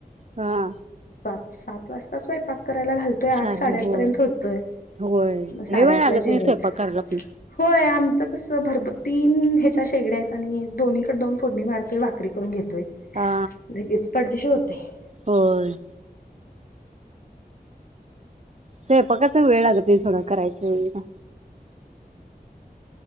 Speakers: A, on the right; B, on the left.
A: हा
B: त सात वाजता स्वयपाक करायला घाल तो
A: चालू
B: आठ साडेआठ
A: होय
B: पर्यंत होतोय
A: होय
B: म साडेआठ
A: लय वेळ लागत
B: ला जेवायच.
A: नाही स्वयंपाक करायला पण
B: होय आमचं कस भरभर तीन ह्याच्या शेगड्या आहेत आणि दोन्हीकडे दोन फोडणी मारतोय, भाकरी करून घेतोय.
A: हा
B: लगेच पटदिशी होतय.
A: होय. स्वयपाकाचा वेळ लागतोय थोडा करायच्या वेळेला.